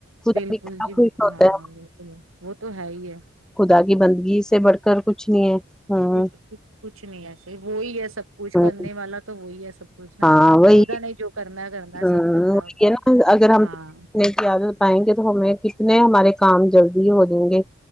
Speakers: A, in the centre; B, on the right.
A: خدا
B: بالکل
A: بھی کتنا
B: جی
A: خوش
B: بالکل
A: ہوتا
B: ہاں ہاں بالکل ہے وہ تو ہے ہی ہے
A: خدا کی بندگی سے بڑھ کر کچھ نہیں ہے ہاں
B: خ کچھ نہیں ایسے وہی ہے سب کچھ
A: ہاں
B: کرنے والا تو وہی ہے سب کچھ نا
A: ہاں وہی
B: خدا نے جو کرنا ہے کرنا ہے
A: وہی
B: سب کرنا اس
A: ہے
B: میں
A: نا اگر ہم
B: ہاں
A: <unintelligible> پائیں گے تو ہمیں کتنے ہمارے کام جلدی ہو جیں گے